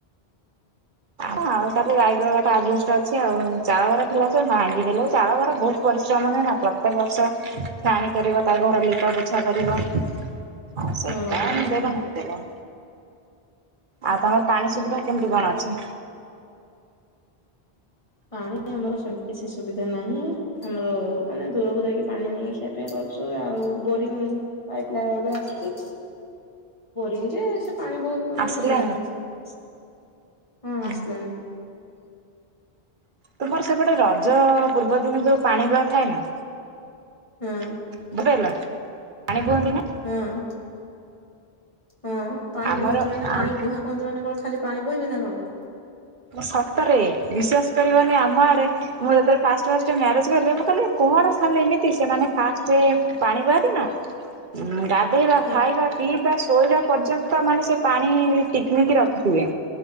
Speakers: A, on the right; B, on the left.
A: ଆ ଆଉ ଖାଲି ଗାଇ ଗୁହାଳଟା ଆଜବେଷ୍ଟ ଅଛି ଆଉ ଚାଳ ଘର ଥିଲା ତ ଭାଙ୍ଗି ଦେଲେ ଚାଳ ଘର ବହୁତ ପରିଶ୍ରମ ନୁହେ ନା। ପ୍ରତ୍ୟେକ ବର୍ଷ ଫ୍ୟାନ କରିବ ତା ଘର ଲିପା ପୋଛା କରିବ। ହଁ ସେଟା
B: ହଁ
A: <unintelligible> ଭାଙ୍ଗିଦେଲ। ଆଉ ତମର ପାଣି
B: ହଁ
A: ସୁବିଧା କେମିତି କଣ ଅଛି?
B: ପାଣି ଆମର ସେମିତି କିଛି ସୁବି ଧା ନାହିଁ ଆମର ମାନେ ଦୂରକୁ ଯାଇକି ପାଣି ଆଣିକି ଖିଆ ପିଆ କରୁଛୁ ଆଉ ବୋରିଂ। ଲାଇଟ ନା ଏବେ ଆସୁଛି ବୋରିଂ ଯେ ସେ ପାଣି ବହୁତ ମାନେ
A: ଆସିଲାଣି
B: ହଁ
A: ହୁଁ
B: ଆସିଲାଣି।
A: ତୁମର ସେପଟେ ରଜ ପୂର୍ବ ଦିନ ଯୋଉ ପାଣି ବୁହା ଥାଏ ନା?
B: ହଁ
A: ବୁଝି ହେଲା ପାଣି ବୁହନ୍ତି ନା।
B: ହଁ। ହଁ ପାଣି
A: ଆମର
B: ବୁହନ୍ତି ମାନେ ପାଣି
A: ଆମ
B: ବୁହା କହନ୍ତି ମାନେ କଣ ଖାଲି ପାଣି ବୋହିବେ ନା କଣ?
A: ସତରେ ବିଶ୍ୱାସ କରିବନି ଆମ ଆଡେ ମୁଁ ଯେତେବେଳେ ଫାଷ୍ଟ ଫାଷ୍ଟ ମ୍ୟାରେଜ କଲି। ମୁଁ କହିଲି କଣ ଖାଲି ଏମିତି ସେମାନେ ଫାଷ୍ଟ ପାଣି ବୁହା ଦିନ ଉଁ ଗାଧୋଇବା
B: ହଁ
A: ଖାଇବା ପିଇ ବା ଶୋଇବା ପର୍ଯ୍ୟନ୍ତ ମାନେ ସେ ପାଣି ଟିକିମିକି ରଖିଥିବେ।